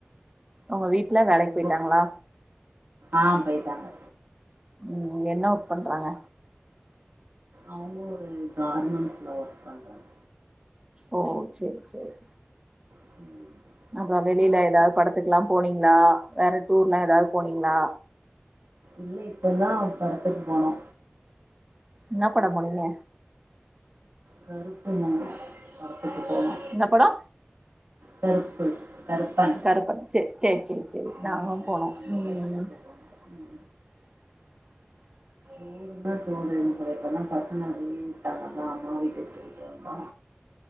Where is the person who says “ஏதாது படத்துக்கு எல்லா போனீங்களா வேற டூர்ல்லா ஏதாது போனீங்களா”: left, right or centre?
Right